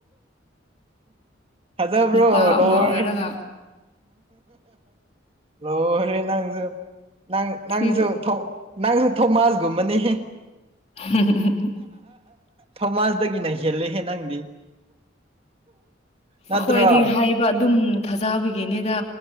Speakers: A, on the right; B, on the left.
A: ꯊꯖꯕ꯭ꯔꯣ
B: ꯅꯨꯄꯥ ꯑꯃ
A: ꯂꯣꯏꯔꯦ
B: ꯑꯣꯏꯔꯒ
A: ꯂꯣꯏꯔꯦ ꯅꯪꯖꯨ ꯅꯪ ꯅꯪꯖꯨ
B: ꯁꯤ
A: ꯊꯣꯛ ꯅꯪꯁꯨ ꯊꯣꯃꯥꯁꯒꯨꯝꯕꯅꯦꯍꯦ
B: ꯍ
A: ꯊꯣꯃꯥꯁꯗꯒꯤ ꯅꯩꯁꯜꯂꯦꯍꯦ ꯅꯪꯗꯤ ꯅꯠꯇ꯭ꯔꯣ
B: ꯑꯈꯣꯏꯗꯤ ꯍꯥꯏꯕ ꯑꯗꯨꯝ ꯊꯥꯖꯕꯒꯤꯅꯤꯗ